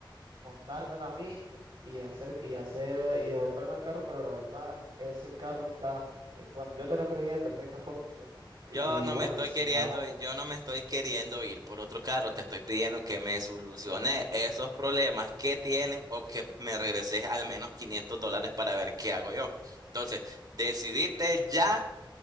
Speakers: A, on the right; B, on the right.
A: montármela a mí y hacer y hacer y devolverme el carro, pero la verdad ese carro está, eh, bueno, yo te lo entregué en perfectas condiciones y,
B: Yo no
A: y bueno,
B: me estoy
A: y si
B: queriendo
A: llevamos,
B: ir, yo no me estoy queriendo ir por otro carro, te estoy pidiendo que me soluciones esos problemas que tienen o que me regreses al menos 500 dólares para ver qué hago yo. Entonces, decidite ya